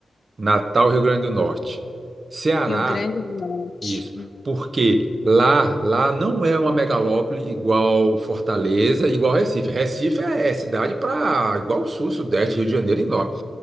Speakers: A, on the right (about 45°); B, on the left (about 45°).
A: Natal, Rio Grande do Norte. Ceará.
B: E o Grande do Norte.
A: Isso, porque lá, lá não é uma megalópole igual Fortaleza, igual Recife. Recife é, é cidade para igual Sul, Sudeste, Rio de Janeiro e Norte.